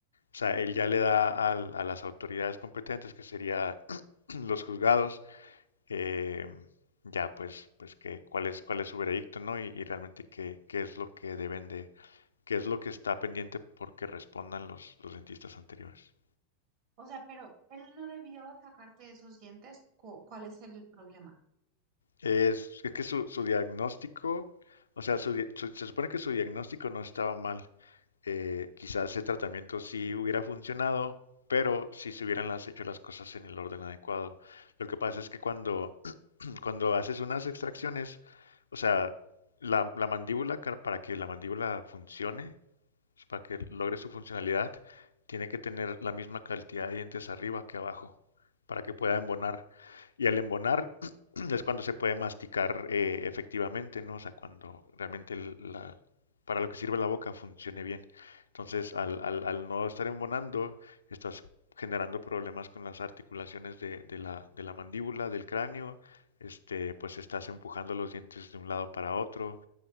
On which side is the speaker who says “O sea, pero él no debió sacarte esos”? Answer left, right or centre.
Right